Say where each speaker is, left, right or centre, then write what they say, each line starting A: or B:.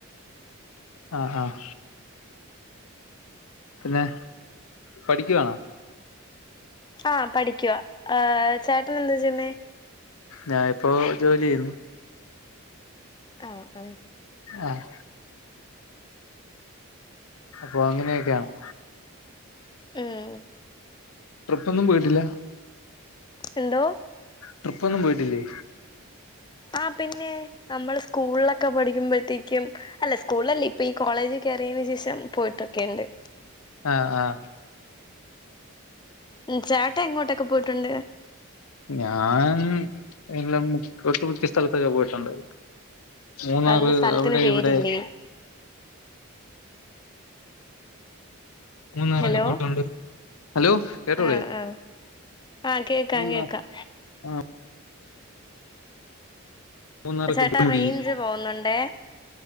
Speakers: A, on the left; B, on the left.
A: ആഹ ആഹ പിന്നെ പഠിക്കുവാണോ?
B: ആഹ പഠിക്കുക. ചേട്ടന് എന്താെച്ചൊയിണ്
A: ഞാനിപ്പോ ജോലി ചെയ്യുന്നു.
B: ആഹ ആഹ
A: ആഹ അപ്പൊ അങ്ങനെയൊക്കെയാണ്.
B: ഉം
A: ട്രിപ്പ് ഒന്നും പോയിട്ടില്ല.
B: എന്തോ?
A: ട്രിപ്പ്‌ ഒന്നും പോയിട്ടില്ലേ?
B: ആ പിന്നെ നമ്മള് സ്കൂള്ലൊക്കെ പഠിക്കുമ്പോതെ തെകും അല്ല സ്കൂളല്ല ഇപ്പ ഈ കോളേജ് കേയറിന് ശേഷം പോയിട്ടൊക്കെണ്ട്.
A: ആഹ ആഹ
B: ഉം ചേട്ടാ എങ്ങോട്ടൊക്കെ പോയിട്ടുണ്ട്.
A: ഞാൻ എല്ലാം ഒട്ടുമുഖ്യ സ്ഥലത്തക്കെ പോയിട്ട്ണ്ട് മൂന്നാറ്
B: അന്ന് സ്ഥലത്തിന്
A: അവിടെ
B: പേരില്ലേ
A: ഇവിടെ മൂന്നറൊക്കെ
B: ഹലോ
A: പോയിട്ടുണ്ട്. ഹലോ കേട്ടോളേ
B: ആഹ് ആഹ് ആഹ് കേക്കാം
A: മൂന്നോർ
B: കേക്കാം
A: ആ മൂന്നാറൊക്കെ
B: ചേട്ടാ
A: പോയോടീ
B: റേഞ്ച് പോകുന്നുണ്ടേ